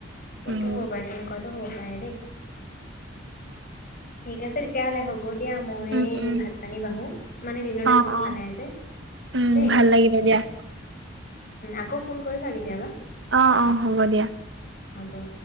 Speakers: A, on the left; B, on the right.
A: সেইটো
B: উম
A: হ' বাৰু তেনেকুৱ দেই ঠিক আছে তেতিয়াহ'লে হ'ব দ এতিয়া মই
B: উম উম
A: ভাত পানী বাঢ়োঁ মানে দিনত
B: অ
A: একো খোৱা
B: অ
A: নাই যে
B: উম
A: দেই
B: ভাল লাগিলে দিয়া
A: আকৌ ফোন কৰিবা কেতিয়াবা
B: অঁ
A: <unintelligible>
B: অঁ হ'ব দিয়া।
A: হ'ব